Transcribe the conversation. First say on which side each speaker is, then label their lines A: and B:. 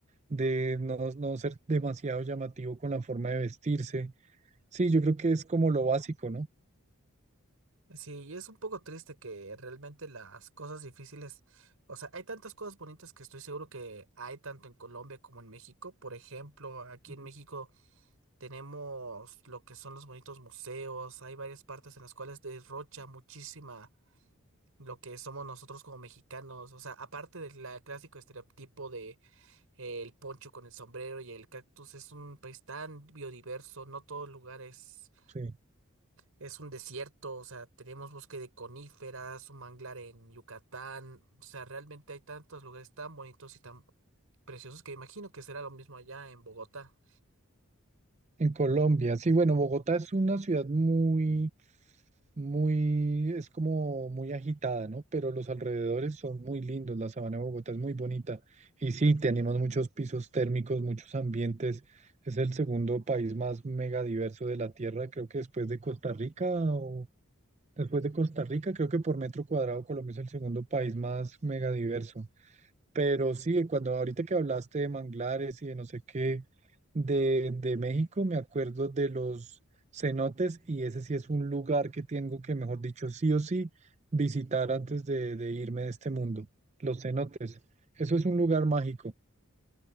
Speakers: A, on the right; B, on the right.
A: de no, no ser demasiado llamativo con la forma de vestirse. Sí, yo creo que es como lo básico, ¿no?
B: Sí, y es un poco triste que realmente las cosas difíciles, o sea, hay tantas cosas bonitas que estoy seguro que hay tanto en Colombia como en México. Por ejemplo, aquí
A: Ujú.
B: en México tenemos lo que son los bonitos museos, hay varias partes en las cuales derrocha muchísima lo que somos nosotros como mexicanos. O sea, aparte del la- clásico estereotipo de eh, el poncho con el sombrero y el cactus, es un país tan biodiverso, no todo lugar es,
A: Sí.
B: es un desierto. O sea, tenemos bosque de coníferas, un manglar en Yucatán. O sea, realmente hay tantos lugares tan bonitos y tan preciosos que imagino que será lo mismo allá en Bogotá.
A: En Colombia, sí, bueno, Bogotá es una ciudad muy muy, es como muy agitada, ¿no? Pero los alrededores son muy lindos, la sabana de Bogotá es muy bonita. Y sí, tenemos muchos pisos térmicos, muchos ambientes. Es el segundo país más megadiverso de la Tierra, creo que después de Costa Rica o después de Costa Rica, creo que por metro cuadrado Colombia es el segundo país más megadiverso. Pero sí, cuando ahorita que hablaste de manglares y de no sé qué, de, de México, me acuerdo de los cenotes y ese sí es un lugar que tengo que, mejor dicho, sí o sí visitar antes de, de irme de este mundo. Los cenotes. Eso es un lugar mágico.